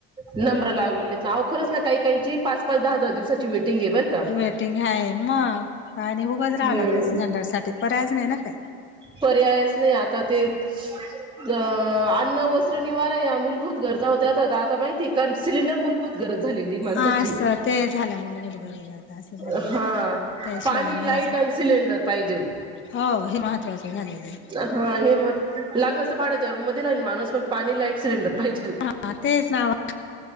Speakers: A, on the right; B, on the left.
A: नंबर लावलेलेत, आओ खरंच ना काही काहीची पाच पाच, दहा दहा दिवसाची वेटिंगये बरं का.
B: वेटिंग हाय म, आणि उभंच राहावं
A: हम्म
B: लागतं सिलेंडर साठी पर्यायच नाही ना काय
A: पर्यायच नाही. आता ते अ अन्न, वस्त्र, निवारा या मूलभूत गरजा होत्या. त आता माहिती ये का सिलेंडर मूलभूत गरज झालेलीये माणसाची.
B: हा असं ते झालं मूलभूत गरज आता असं झालेलं
A: अ हा
B: आहे. त्याशिवाय
A: पाणी,
B: नाही
A: लाईट आणि सिलेंडर पाहिजेल.
B: हो हे महत्त्वाचं झालेलं आहे.
A: हा हे मह लागलंच त भाड्याच्या रूम मध्ये राहील माणूस पण पाणी, लाईट, सिलेंडर पाहिजेल.
B: हा तेच ना ओ,